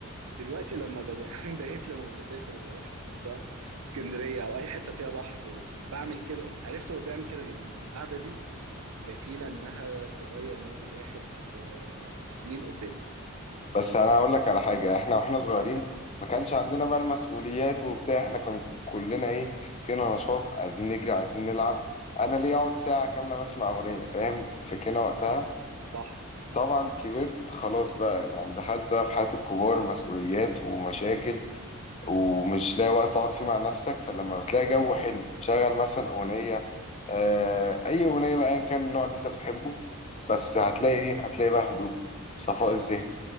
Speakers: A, on the right; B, on the left.
A: دلوقتي لما ببقى- <laughs> بقيت لما بسافر وبروح منطقه اسكندريه او اي حته فيها بحر وبعمل كده عرفت هو بيعمل كده لان القعده دي كفيله انها تغير مود الواحد آه، سنين قدام
B: بس انا اقول لك على حاجه احنا واحنا صغيرين ما كانش عندنا بقى المسؤوليات وبتاع احنا كان كلنا ايه فينا نشاط عايزين نجري عايزين نلعب انا ليه اقعد ساعه كامله بسمع اغنيه فاهم فكنا وقتها
A: صح
B: طبعا كبرت خلاص بقى يعني دخلت بقى في حياه الكبار مسؤوليات ومشاكل ومش لاقي وقت تقعد فيه مع نفسك فلما بتلاقي جو حلو تشغل مثلا اغنيه آه اي اغنيه بقى ان كان النوع اللي انت بتحبه بس هتلاقي ايه هتلاقي بقى هدوء صفاء الذهن